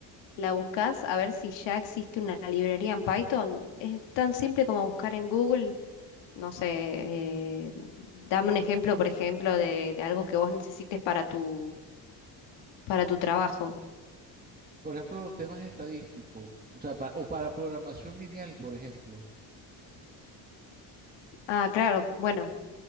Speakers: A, on the left (about 85°); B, on the right (about 20°).
A: la buscas a ver si ya existe una librería en Python. Es tan simple como buscar en Google, no sé, eh, dame un ejemplo, por ejemplo, de, de algo que vos necesites para tu, para tu trabajo.
B: Por ejemplo, los temas estadísticos, o sea, pa- o para programación lineal, por ejemplo.
A: Ah, claro, bueno.